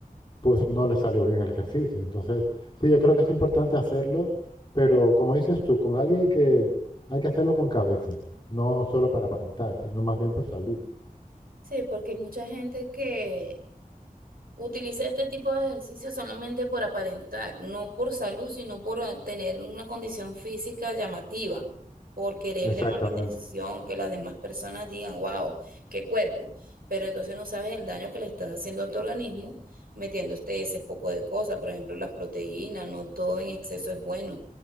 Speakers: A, on the left; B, on the right.
A: pues no
B: sí.
A: les salió bien el ejercicio. Entonces, sí, yo creo que es importante hacerlo, pero como dices tú, con alguien que hay que hacerlo con cabeza, no solo para aparentar, sino más bien por salud.
B: Sí, porque hay mucha gente que, Utilicé este tipo de ejercicio solamente por aparentar, no por salud, sino por eh, tener una condición física llamativa, por querer
A: Exactamente,
B: llamar la atención, que las demás personas digan, wow, qué cuerpo. Pero entonces no sabes el daño que le estás haciendo a tu organismo metiendo este ese poco de cosas, por ejemplo, las proteínas, no todo en exceso es bueno.